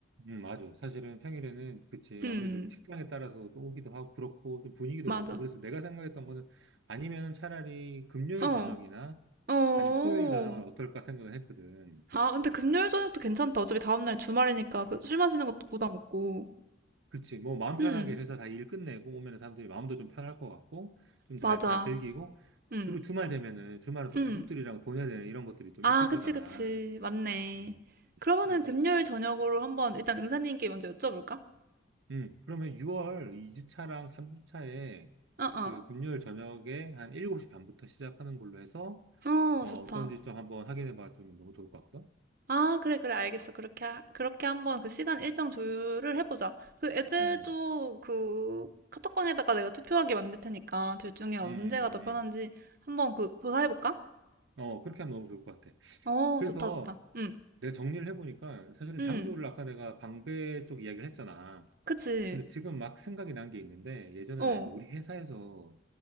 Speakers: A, on the right; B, on the right.
A: 음, 맞아. 사실은 평일에는, 그치.
B: 음,
A: 아무래도 좀 직장에 따라서 또 오기도 하고, 그렇고, 좀 분위기도
B: 맞아.
A: 그렇고. 그래서 내가 생각했던 거는, 아니면은 차라리 금요일
B: 어,
A: 저녁이나,
B: 어.
A: 아니면 토요일 저녁은 어떨까 생각을 했거든.
B: 아, 근데 금요일 저녁도 괜찮다. 어차피 다음날 주말이니까 그 술 마시는 것도 부담 없고.
A: 그치. 뭐, 마음 편하게
B: 음,
A: 회사 다 일 끝내고, 오면 사람들이 마음도 좀 편할 것 같고, 좀 다
B: 맞아.
A: 잘 즐기고,
B: 음,
A: 그리고 주말 되면은, 주말은 또
B: 음.
A: 가족들이랑 보내야 되는 이런 것들이 좀
B: 아,
A: 있을
B: 그치,
A: 거잖아.
B: 그치. 맞네.
A: 음,
B: 그러면은
A: 그래서,
B: 금요일 저녁으로 한번 일단 은사님께 먼저 여쭤볼까?
A: 음, 그러면 6월 2주차랑 3주차에,
B: 어, 어.
A: 그 금요일 저녁에 한 7시 반부터 시작하는 걸로 해서,
B: 어,
A: 어,
B: 좋다.
A: 어떤지 좀 한번 확인해 봐주면 너무 좋을 것 같거든?
B: 아, 그래, 그래, 알겠어. 그렇게, 하- 그렇게 한번 그 시간 일정 조율을 해보자. 그 애들도
A: 음,
B: 그 카톡방에다가 내가 투표하게 만들 테니까 둘 중에 언제가
A: 음, 음,
B: 더 편한지
A: 음.
B: 한번 그 조사해볼까?
A: 음. 어, 그렇게 하면 너무 좋을 것 같아.
B: 어,
A: 그래서
B: 좋다, 좋다. 응,
A: 내가 정리를 해보니까 사실은
B: 응,
A: 장소를 아까 내가 방배 쪽 이야기를 했잖아.
B: 그치.
A: 근데 지금 막 생각이 난 게 있는데 예전에
B: 어,
A: 내가 우리 회사에서